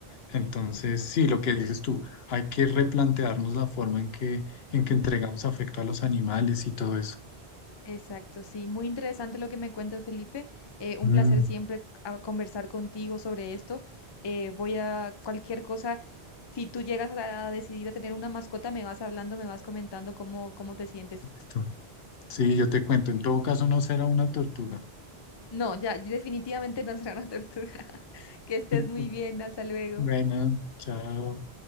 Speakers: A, on the left; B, on the left.
A: Entonces, sí, lo que dices tú, hay que replantearnos la forma en que, en que entregamos afecto a los animales y todo eso.
B: Exacto, sí. Muy interesante lo que me cuentas, Felipe. Eh, un
A: Mm,
B: placer siempre a- conversar contigo sobre esto. Eh, voy a cualquier cosa. Si tú llegas a, a decidir a tener una mascota, me vas hablando, me vas comentando cómo, cómo te sientes.
A: Listo. Sí, yo te cuento, en todo caso no será una tortuga.
B: No, ya, definitivamente no será una tortuga. <laughs> Que
A: <laughs>
B: estés muy bien. Hasta luego.
A: Bueno, chao.